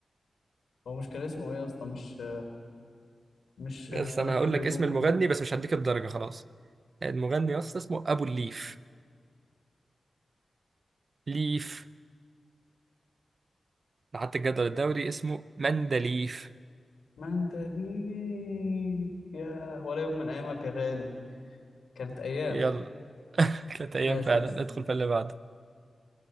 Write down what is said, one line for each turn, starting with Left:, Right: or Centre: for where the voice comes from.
Left: هو مش كان اسمه ايه يا اسطى مش
Right: <laughs>
Left: مش مش
Right: بس
Left: انا
Right: انا
Left: كينج
Right: هقول لك
Left: كونج
Right: اسم المغني بس مش هديك الدرجه خلاص المغني يا اسطى اسمه ابو الليف ليف لحد الجدول الدوري اسمه مندليف
Left: ما انت ليك يا ولا يوم من ايامك يا غالي كانت ايام
Right: يلا <laughs> ثلاث ايام
Left: ماشي
Right: فعلا
Left: يا اسطى
Right: ندخل في اللي بعده